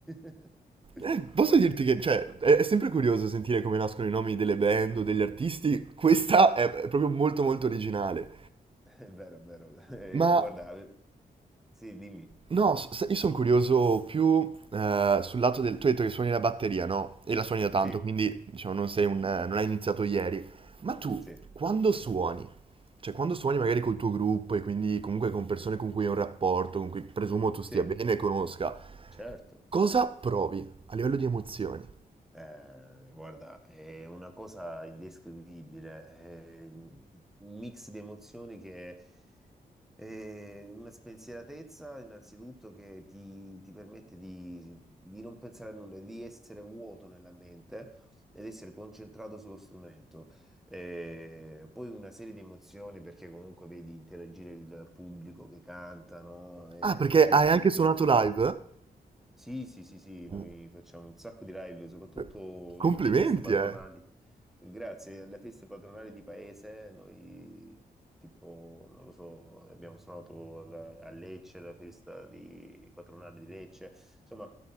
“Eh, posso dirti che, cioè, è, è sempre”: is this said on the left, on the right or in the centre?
Right